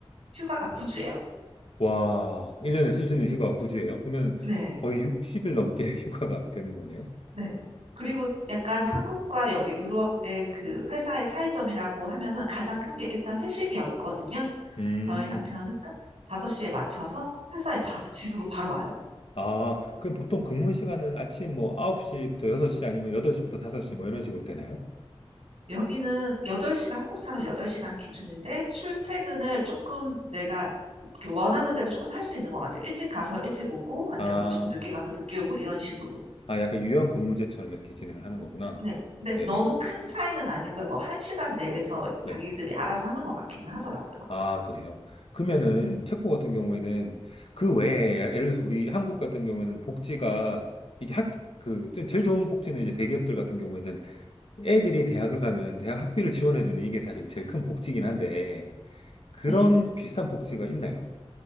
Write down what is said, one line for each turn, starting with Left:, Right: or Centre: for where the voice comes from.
Right: 휴가가 9주예요.
Left: 와, 1년에 쓸 수 있는 휴가가 9주예요? 그러면
Right: 네.
Left: 거의 60일 넘게 <laughs> 휴가가 되는 거네요?
Right: 네. 그리고 약간 한국과 여기 유럽의 그 회사의 차이점이라고 하면은 가장 큰 게 일단 회식이 없거든요.
Left: 음,
Right: 저희 남편은 5시에 맞춰서 회사에 바- 집으로 바로 와요.
Left: 아, 그럼 보통 근무 시간은 아침 뭐 9시부터 6시 아니면 8시부터 5시 뭐 이런 식으로 되나요?
Right: 여기는 8시간, 한국처럼 8시간 기준인데 출퇴근을 조금 내가 이렇게 원하는 대로 조금 할 수 있는 것 같아요. 일찍 가서 일찍 오고 아니면
Left: 아,
Right: 뭐 조금 늦게 가서 늦게 오고 이런 식으로.
Left: 아, 약간 유연 근무제처럼 이렇게 진행을 하는 거구나.
Right: 네. 근데
Left: 네네.
Right: 너무 큰 차이는 아니고요. 뭐 1시간 내에서 자기들이
Left: 네.
Right: 알아서 하는 것 같기는 하더라고요.
Left: 아, 그래요. 그러면은
Right: 음.
Left: 체코 같은 경우에는 그 외에 예를 들어서 우리 한국 같은 경우에는 복지가 이게 학, 그, 좀 제일 좋은 복지는 이제 대기업들 같은 경우에는 애들이 대학을 가면 대학 학비를 지원해주는 이게 사실 제일 큰 복지긴 한데, 그런
Right: 네.
Left: 비슷한 복지가 있나요?